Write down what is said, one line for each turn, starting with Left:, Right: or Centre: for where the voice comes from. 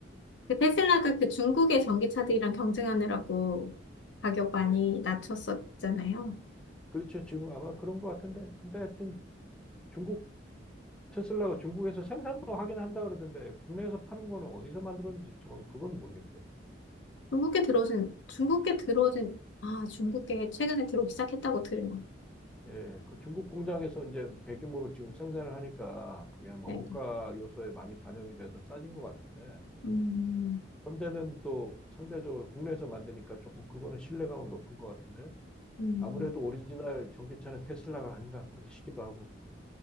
Left: 그 테슬라가 그 중국의 전기차들이랑 경쟁하느라고 가격 많이
Centre: 예.
Left: 낮췄었잖아요.
Centre: 그렇죠. 지금 아마 그런 것 같은데. 근데 하여튼 중국 테슬라가 중국에서 생산도 하긴 한다 그러던데 국내에서 파는 거는 어디서 만들었는지 저는 그건 모르겠어요.
Left: 중국계 들어오진, 중국계 들어오진, 아, 중국계 최근에 들어오기 시작했다고 들은 것 같아요.
Centre: 예. 그 중국 공장에서 이제 대규모로 지금 생산을 하니까 그게 아마
Left: 네,
Centre: 원가
Left: 네.
Centre: 요소에 많이 반영이 돼서 싸진 것 같은데.
Left: 음,
Centre: 현대는 또 상대적으로 국내에서 만드니까 조금 그거는 신뢰감은 높은 것 같은데.
Left: 음.
Centre: 아무래도 오리지널 전기차는 테슬라가 아닌가 그렇게 싶기도 하고.